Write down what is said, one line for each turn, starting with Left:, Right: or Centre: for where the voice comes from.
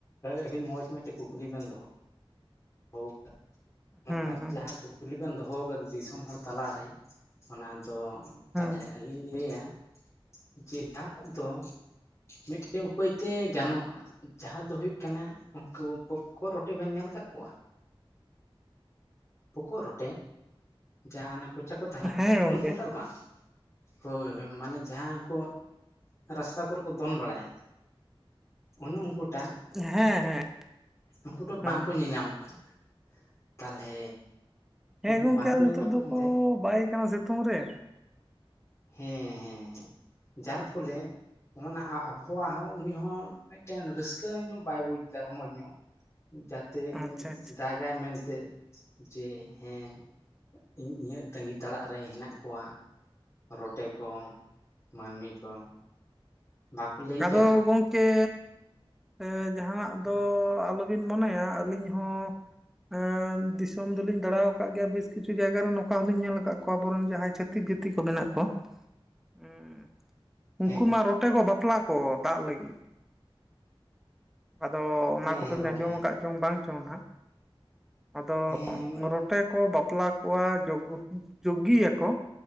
Left: ᱟᱹᱰᱤ ᱢᱚᱸᱡᱽ ᱢᱤᱫᱴᱮᱱ ᱠᱩᱠᱞᱤ ᱵᱮᱱ ᱫᱚᱦᱚ ᱫᱚᱦᱚ ᱠᱮᱫᱟ᱾
Centre: ᱦᱩᱸ ᱦᱩᱸ
Left: ᱡᱟᱦᱟᱸ ᱠᱩᱠᱞᱤ ᱵᱮᱱ ᱫᱚᱦᱚ ᱠᱟᱫᱟ ᱫᱤᱥᱚᱢ ᱦᱚᱲ ᱛᱟᱞᱟᱨᱮ ᱚᱱᱟ ᱛᱚ
Centre: ᱦᱩᱸ
Left: ᱛᱟᱦᱚᱞᱮ ᱟᱹᱞᱤᱧ ᱞᱟᱹᱭᱟ ᱡᱮ ᱫᱟᱜ ᱫᱚ ᱢᱤᱫᱴᱮᱱ ᱩᱯᱟᱹᱭᱛᱮ ᱜᱟᱱᱚᱜᱼᱟ ᱡᱟᱦᱟᱸ ᱫᱚ ᱦᱩᱭᱩᱜ ᱠᱟᱱᱟ ᱩᱱᱠᱩ ᱯᱚᱠᱚᱜ ᱨᱚᱴᱮ ᱵᱮᱱ ᱧᱮᱞ ᱠᱟ ᱠᱟᱜ ᱠᱚᱣᱟ ᱯᱚᱠᱚᱜ ᱨᱚᱴᱮ ᱡᱟᱦᱱᱟᱜ ᱠᱚ ᱛᱟᱦᱮᱱᱟ
Centre: ᱦᱮᱸ ᱜᱚᱝᱠᱮ
Left: ᱩᱱᱠᱩᱴᱟᱜ ᱵᱟᱝ ᱦᱳᱭ ᱢᱟᱱᱮ ᱡᱟᱦᱟᱸ ᱠᱚ ᱨᱟᱥᱛᱟ ᱠᱚᱨᱮᱜ ᱠᱚ ᱫᱚᱱ ᱵᱟᱲᱟᱭᱟ ᱚᱱᱮ ᱩᱱᱠᱩᱴᱟᱜ
Centre: ᱦᱮᱸ ᱦᱮᱸ
Left: ᱩᱱᱠᱩᱫᱚ
Centre: ᱦᱩᱸ
Left: ᱵᱟᱝᱠᱚ ᱧᱮᱧᱟᱢᱚᱜ ᱠᱟᱱᱟ ᱛᱟᱦᱚᱞᱮ
Centre: ᱦᱮᱸ
Left: ᱩᱱᱠᱩ
Centre: ᱜᱚᱢᱠᱮ
Left: ᱵᱟᱝᱠᱚ
Centre: ᱟᱨ ᱱᱤᱛᱚᱜ
Left: ᱧᱮᱧᱟᱢᱚᱜ
Centre: ᱫᱚᱠᱚ
Left: ᱠᱟᱱᱛᱮ
Centre: ᱵᱟᱭ ᱠᱟᱱᱟ ᱥᱤᱛᱩᱝ ᱨᱮ
Left: ᱦᱮᱸ ᱦᱮᱸ ᱦᱮᱸ ᱡᱟᱨ ᱯᱷᱚᱞᱮ ᱚᱱᱟ <unintelligible> ᱦᱚᱸ ᱩᱱᱤ ᱦᱚᱸ ᱢᱤᱫᱴᱮᱱ ᱨᱟᱹᱥᱠᱟᱹ ᱧᱚᱜ ᱵᱟᱭ ᱵᱩᱡᱽᱫᱟ ᱨᱚᱢᱚᱡᱽ ᱧᱚᱜ ᱡᱟᱛᱮ
Centre: ᱟᱪᱪᱷᱟ
Left: ᱩᱱᱤ
Centre: ᱟᱪᱪᱷᱟ
Left: ᱫᱟᱜᱟᱭ ᱢᱮᱱ ᱛᱮ ᱡᱮ ᱦᱮᱸ ᱤᱧ ᱤᱧᱟᱹᱜ ᱛᱟᱺᱜᱤ ᱛᱟᱲᱟᱜ ᱨᱮ ᱦᱮᱱᱟᱜ ᱠᱚᱣᱟ ᱨᱚᱴᱮ ᱠᱚ ᱢᱟᱹᱱᱢᱤ ᱠᱚ ᱵᱟᱠᱚ ᱞᱟᱹᱭ
Centre: ᱟᱫᱚ
Left: ᱠᱮᱫᱟ
Centre: ᱜᱚᱝᱠᱮ ᱮ ᱡᱟᱦᱟᱱᱟᱜ
Left: ᱦᱮᱸ
Centre: ᱫᱚ ᱟᱞᱚ ᱵᱤᱱ ᱢᱚᱱᱮᱭᱟ ᱟᱹᱞᱤᱧ ᱦᱚᱸ ᱮᱸ ᱫᱤᱥᱚᱢ ᱫᱚᱞᱤᱧ ᱫᱟᱬᱟ ᱣᱟᱠᱟᱜ ᱜᱮᱭᱟ ᱵᱮᱥ ᱠᱤᱪᱷᱩ ᱡᱟᱭᱜᱟ ᱨᱮ ᱱᱚᱠᱟ ᱦᱚᱞᱤᱧ ᱧᱮᱞ ᱠᱟᱜ ᱠᱚᱣᱟ ᱟᱵᱚᱨᱮᱱ ᱡᱟᱦᱟᱸᱭ ᱪᱷᱟᱹᱛᱤᱠ ᱛᱤᱛᱤ ᱠᱚ ᱢᱮᱱᱟᱜ ᱠᱚᱣᱟ ᱚᱸᱜ ᱩᱱᱠᱩ
Left: ᱦᱮᱸ
Centre: ᱢᱟ ᱨᱚᱴᱮ ᱠᱚ ᱵᱟᱯᱞᱟ ᱠᱚ ᱫᱟᱜ ᱞᱟᱹᱜᱤᱜ ᱟᱫᱚ ᱚᱱᱟ ᱠᱚᱫᱚᱧ
Left: ᱦᱮᱸ ᱜᱚᱝᱠᱮ
Centre: ᱟᱸᱡᱚᱢ
Left: ᱦᱮᱸ
Centre: ᱠᱟᱜ ᱪᱚᱝ ᱵᱟᱝ ᱪᱚᱝ ᱦᱟᱸᱜ ᱟᱫᱚ
Left: ᱦᱮᱸ
Centre: ᱨᱚᱴᱮ ᱠᱚ ᱵᱟᱯᱞᱟ ᱠᱚᱣᱟ ᱡᱩᱜᱩ ᱡᱩᱜᱜᱤᱭᱟᱠᱚ